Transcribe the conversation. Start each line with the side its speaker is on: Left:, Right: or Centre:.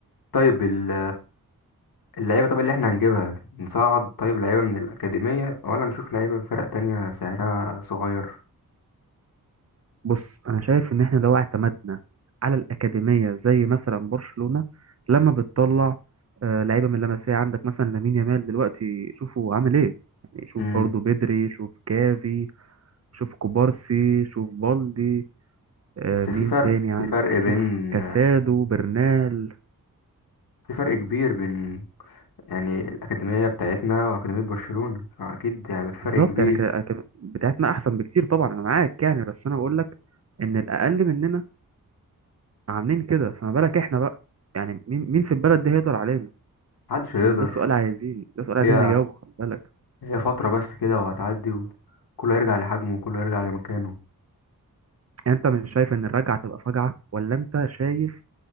Left: طيب ال- اللعيبه طب اللي احنا هنجيبها نصعد طيب لعيبه من الاكاديميه ولا نشوف لعيبه من فرق تانية سعرها صغير
Right: بص انا شايف ان احنا لو اعتمدنا على الاكاديميه زي مثلا برشلونه لما بتطلع أه، لعيبه من لمسيه عندك مثلا لامين يامال دلوقتي شوفوا عامل ايه يعني شوف
Left: امم
Right: برضه بدري شوف كافي شوف كوبارسي شوف بالدي أه،
Left: بس
Right: مين
Left: في فرق
Right: تاني عندك
Left: في فرق بين
Right: شوف كاسادو برنال
Left: في فرق كبير بين يعني الاكاديميه بتاعتنا واكاديميه برشلونه اكيد يعني في
Right: بالظبط
Left: فرق كبير
Right: يعني ك- ك- بتاعتنا احسن بكتير طبعا انا معاك يعني بس انا بقول لك ان الاقل مننا عاملين كده فما بالك احنا بقى يعني مين مين في البلد دي هيقدر علينا
Left: محدش هيقدر
Right: ان ده سؤال عايزين ده سؤال عايزين
Left: هي
Right: نجاوبه خلي بالك
Left: هي فتره بس كده وهتعدي وكله هيرجع لحجمه وكله هيرجع لمكانه
Right: يعني انت مش شايف ان الرجعه تبقى فجعه ولا انت شايف